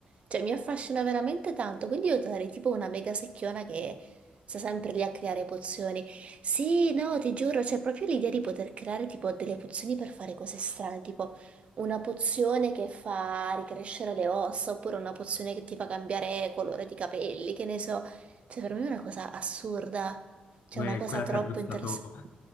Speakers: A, on the right; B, on the left.
A: cioè mi affascina veramente tanto, quindi io sarei tipo una mega secchiona che sta sempre lì a creare pozioni. Sì, no, ti giuro, c'è proprio l'idea di poter creare tipo delle pozioni per fare cose strane, tipo... Una pozione che fa ricrescere le ossa, oppure una pozione che ti fa cambiare colore di capelli, che ne so. Cioè, per me è una cosa assurda, cioè
B: Come
A: una cosa
B: quella
A: troppo
B: che ha aggiustato,
A: interessante.